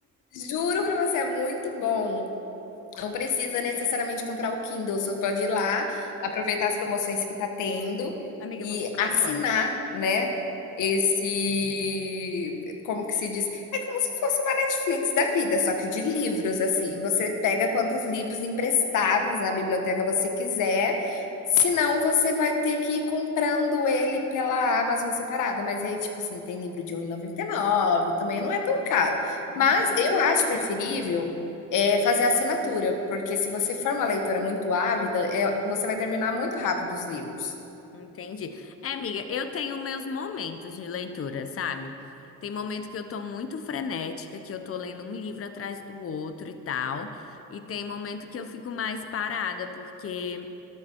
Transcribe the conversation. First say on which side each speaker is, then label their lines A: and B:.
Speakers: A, on the left; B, on the left.
A: Juro pra você, é muito bom. Não precisa necessariamente comprar o Kindle, você pode ir lá, aproveitar as promoções que está tendo
B: Amiga,
A: e
B: eu vou comprar
A: assinar,
B: agora.
A: né, esse, como que se diz? É como se fosse uma Netflix da vida, só que de livros, assim. Você pega quantos livros emprestados na biblioteca você quiser, senão você vai ter que ir comprando ele pela Amazon separada. Mas aí, tipo assim, tem livro de R$ 1,99, também não é tão caro.
B: Uhum.
A: Mas eu acho preferível é fazer a assinatura, porque se você for uma leitora muito ávida, eh, você vai terminar muito rápido os livros.
B: Entendi. É, amiga, eu tenho meus momentos de leitura, sabe? Tem momento que eu tô muito frenética, que eu tô lendo um livro atrás do outro e tal. E tem momento que eu fico mais parada, porque